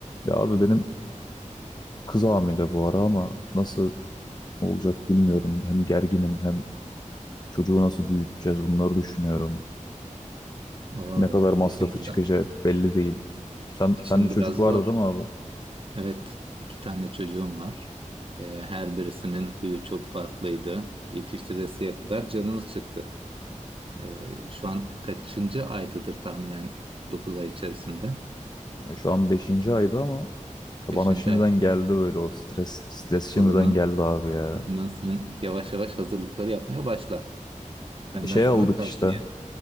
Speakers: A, on the left; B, on the right.
A: Ya abi benim kız hamile bu ara ama nasıl olacak bilmiyorum. Hem gerginim hem çocuğu nasıl büyüteceğiz bunları düşünüyorum.
B: Oo,
A: Ne kadar masrafı
B: işin biraz,
A: çıkacak belli değil. Sen
B: işin
A: sen de çocuk
B: biraz
A: vardı
B: zor.
A: değil mi abi?
B: Evet, iki tane çocuğum var. Ee, her birisinin huyu çok farklıydı. Yetiştiresiye kadar canımız çıktı. Ee, şu an kaçıncı aydadır tahminen 9 ay içerisinde?
A: Ya şu an beşinci aydı ama ya
B: beşinci
A: bana şimdiden
B: ay.
A: geldi böyle o stres stres şimdiden
B: O zaman,
A: geldi abi ya.
B: o zaman sen yavaş yavaş hazırlıkları yapmaya başla. Benden
A: E, Şey
B: sana
A: aldık
B: tavsiye.
A: işte.